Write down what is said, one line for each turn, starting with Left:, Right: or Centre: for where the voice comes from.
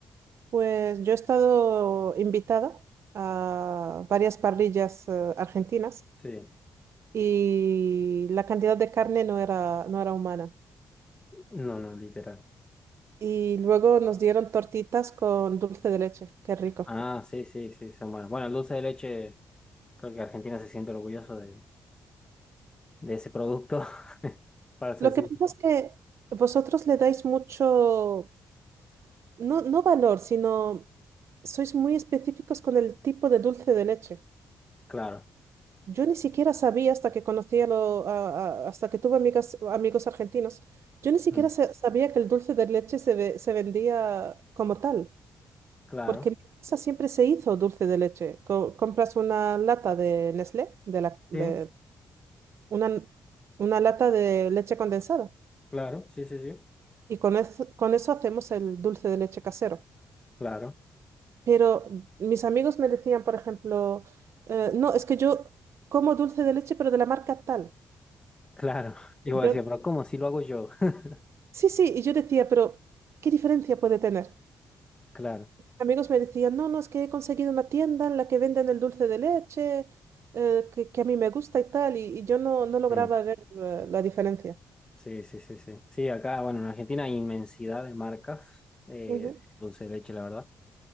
Right: Pues yo he estado invitada a varias parrillas eh, argentinas
Left: Sí.
Right: y la cantidad de carne no era, no era humana.
Left: No, no, literal.
Right: Y luego nos dieron tortitas con dulce de leche, qué rico.
Left: Ah, sí, sí, sí, son buenos. Bueno, el dulce de leche, creo que Argentina se siente orgulloso de, de ese producto, <laughs> para ser
Right: Lo
Left: sincero.
Right: que pasa es que vosotros le dais mucho, no, no valor, sino sois muy específicos con el tipo de dulce de leche.
Left: Claro,
Right: Yo ni siquiera sabía hasta que conocía lo, a- a- hasta que tuve amigas, amigos argentinos. Yo ni siquiera
Left: Mm.
Right: sa- sabía que el dulce de leche se, ve- se vendía como tal,
Left: claro,
Right: porque en mi casa siempre se hizo dulce de leche. Co- compras una lata de Nestlé, de la,
Left: sí,
Right: de una, una lata de leche condensada,
Left: claro, sí, sí, sí,
Right: y con eso, con eso hacemos el dulce de leche casero.
Left: claro.
Right: Pero mis amigos me decían, por ejemplo, eh, no, es que yo como dulce de leche, pero de la marca tal.
Left: Claro. <laughs> Y vos
Right: Yo
Left: decías, pero ¿cómo si lo hago yo? <laughs>
Right: Sí, sí, y yo decía, pero ¿qué diferencia puede tener?
Left: Claro.
Right: Amigos me decían, no, no, es que he conseguido una tienda en la que venden el dulce de leche, eh, que, que a mí me gusta y tal, y, y yo no, no lograba
Left: Mm.
Right: ver eh, la diferencia.
Left: Sí, sí, sí, sí. Sí, acá, bueno, en Argentina hay inmensidad de marcas, eh,
Right: Ujú.
Left: dulce de leche, la verdad.